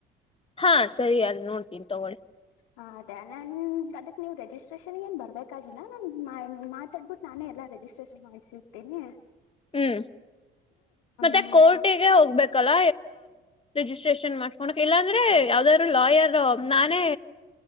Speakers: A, on the left (about 20°); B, on the left (about 75°).
A: ಹಾ ಸರಿ ಅಲ್ ನೋಡ್ತೀನಿ ತಗೋೊಳ್ಳಿ
B: ಹ ಅದೇ ನ ಅದಕ್ಕೆ ನೀವು ರಿಜಿಸ್ಟ್ರೇಷನ್ ಏನುನ್ ಬರಬೇಕಾಗಿಲ್ಲ ನಾನು ಮಾ ಮಾತಾಡ್ಬಿಟ್ಟು ನಾನೇ ಎಲ್ಲ ರಿಜಿಸ್ಟ್ರೇಷನ್ ಮಾಡ್ಸರ್ತೀನಿ
A: ಹ್ಮ್ ಮತ್ತೆ
B: ನೀವು
A: ಕೋರ್ಟಿಗೆ ಹೋಗ್ಬೇಕಲ್ಲ ಜಿಸ್ಟ್ರ ಇಲ್ಲಾಂದ್ರೆ ಯಾವ್ದಾದ್ರು ಲಾಯರ್ ನಾನೇ